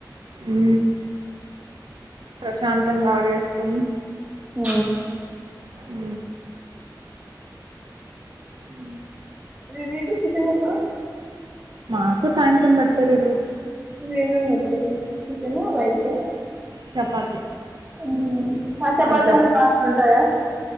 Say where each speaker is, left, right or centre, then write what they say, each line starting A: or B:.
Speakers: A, on the right; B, on the right.
A: ఉ ప్రశాంతంగా ఆరేసుకొని
B: ఉ
A: ఉ ఉ
B: మరి మీకు చికెన్ ఎప్పుడు
A: మాకు సాయంత్రం పడతారు ఈ రోజు
B: <unintelligible> నువేనం నతువ సేను రైసు
A: చపాతి
B: <unintelligible> అచప్పత
A: ఆ చపా
B: మ బా సడాయా